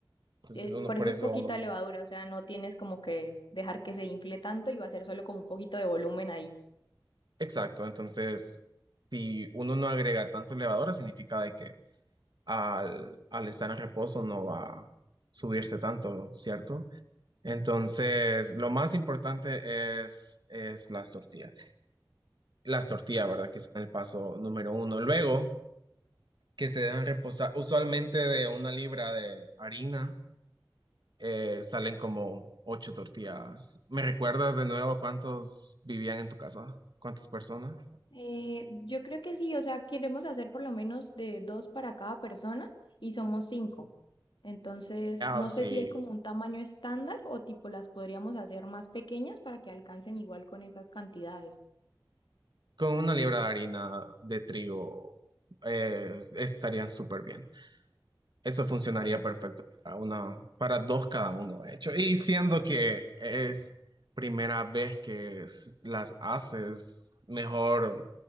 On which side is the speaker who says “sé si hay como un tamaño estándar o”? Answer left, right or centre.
Left